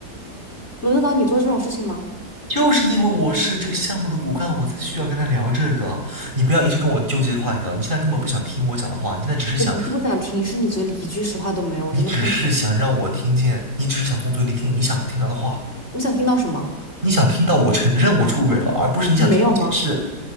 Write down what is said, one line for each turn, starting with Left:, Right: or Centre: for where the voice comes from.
Left: 轮得到你做这种事情吗？
Right: 就是因为我是这个项目的骨干，我才需要跟他聊这个。你不要一直跟我纠结这个话题了，你现在根本不想听我讲的话，你现在只是想，
Left: 我不是不想听，是你嘴里一句实话都没有，我真的看透你。
Right: 你只是想让我听见，你只是想从嘴里听你想听到的话。
Left: 我想听到什么？
Right: 你想听到我承认我出轨了，而不是你想听我解释。
Left: 你没有吗？